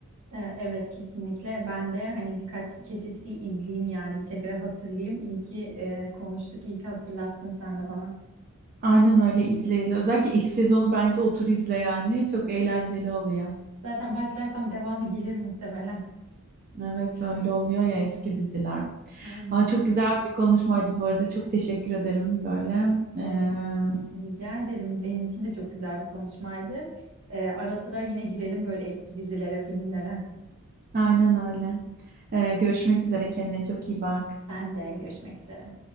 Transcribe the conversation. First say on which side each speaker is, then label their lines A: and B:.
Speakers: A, on the right (about 70°); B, on the right (about 40°).
A: E, Evet kesinlikle ben de hani birkaç kesit bir izleyeyim yani bir tekrar hatırlayayım. İyi ki e, konuştuk, iyi ki hatırlattın sen de bana.
B: Aynen öyle izle izle. Özellikle ilk sezonu bence otur izle yani. Çok eğlenceli oluyor.
A: Zaten başlarsam devamı gelir muhtemelen.
B: Evet öyle oluyor ya eski diziler.
A: Aynen.
B: Aa, çok güzel bir konuşmaydı bu arada. Çok teşekkür ederim böyle. Ee,
A: E, rica ederim. Benim için de çok güzel bir konuşmaydı. E, ara sıra yine girelim böyle eski dizilere, filmlere.
B: aynen öyle. Ee, görüşmek üzere. Kendine çok iyi bak.
A: Ben de görüşmek üzere.